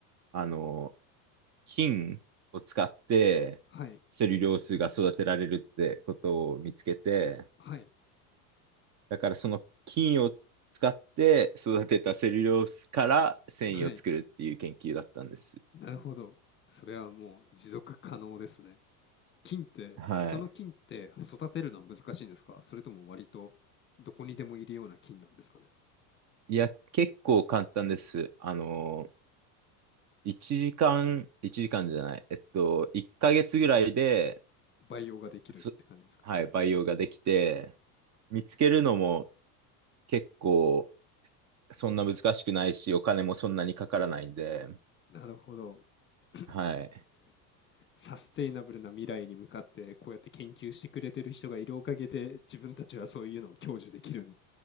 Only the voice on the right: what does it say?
あの、菌を使ってセルロースが育てられるってことを見つけて、
だからその菌を使って育てたセルロースから繊維を作るっていう研究だったんです。
はい。
いや、結構簡単です。あの、1時間、1時間じゃない、えっと、1ヶ月ぐらいで、
そはい、培養ができて、見つけるのも結構そんな難しくないし、お金もそんなにかからないんで、
はい。